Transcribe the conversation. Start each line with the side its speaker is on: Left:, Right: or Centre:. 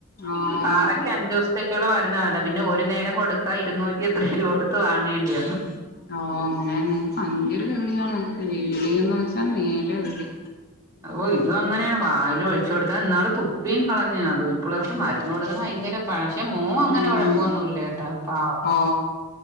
Left: ആഹ്
Right: കററ്റ് അഞ്ച് ദിവസത്തെ കുളള മരുന്ന്. അത അതാ പിന്നെ ഒരു നേരം കൊടുക്കാ ഇരുന്നൂറ്റി എത്ര രൂപ കൊടുത്ത് വാങ്ങേണ്ടി വന്നു.
Left: ഓ അങ്ങനെ ഭയങ്കര വിളിയാണ് വിളിയന്ന് വെച്ചാ നീല വിളി.
Right: ഓ ഇതും അങ്ങനെയാണ് വായും ഒഴിച്ചു കൊടുത്താ എന്നാള് തുപ്പിയും കളഞ്ഞ്. അത് ഇപ്പുള്ളേർക്ക് മരുന്ന് കൊടുക്ക ഭയങ്കര പക്ഷെ മോൻ അങ്ങനെ
Left: ഉം
Right: കുഴപ്പൊന്നുല്ല പാവം.
Left: ഓ